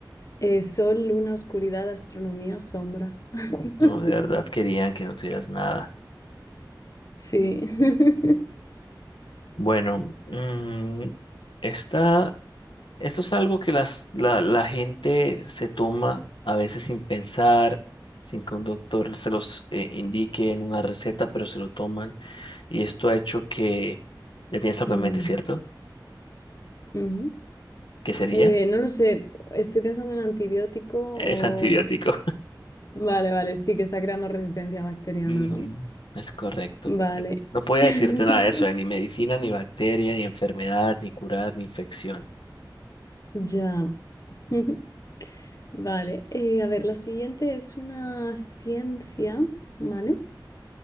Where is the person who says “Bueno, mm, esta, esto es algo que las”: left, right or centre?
Left